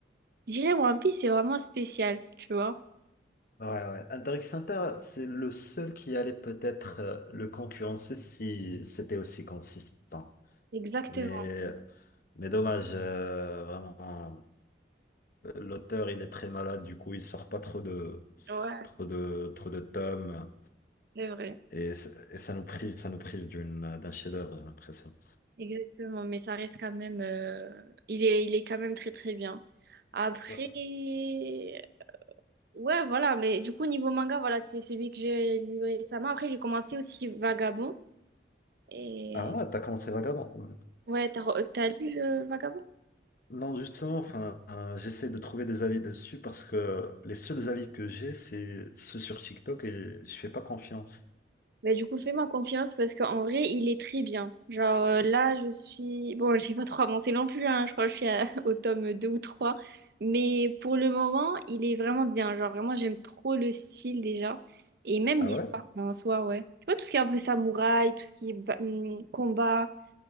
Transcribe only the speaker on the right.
je dirais One Piece, c'est vraiment spécial, tu vois.
Exactement,
ouais,
c'est vrai.
Exactement, mais ça reste quand même, euh, il est, il est quand même très très bien. Après,
ouais, voilà, mais du coup, niveau manga, voilà, c'est celui que j'ai lu récemment. Après, j'ai commencé aussi Vagabond, et
ouais, t'as, re- t'as lu euh, Vagabond?
Bah, du coup, fais-moi confiance parce qu'en vrai, il est très bien. Genre euh, là, je suis... Bon, <laughs> je n'ai pas trop avancé non plus, hein. Je crois que je suis à- <laughs> au tome 2 ou trois Mais pour le moment, il est vraiment bien. Genre vraiment, j'aime trop le style déjà. Et même
l'histoire
en soi, ouais. Tu vois, tout ce qui est un peu samouraï, tout ce qui est ba- hum, combat.